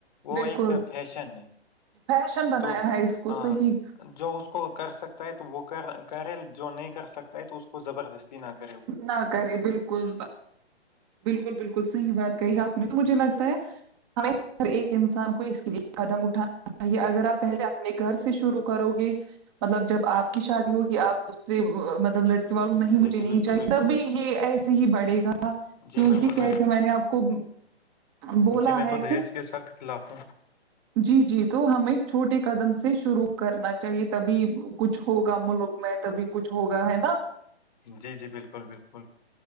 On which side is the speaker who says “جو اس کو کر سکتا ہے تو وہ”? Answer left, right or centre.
Left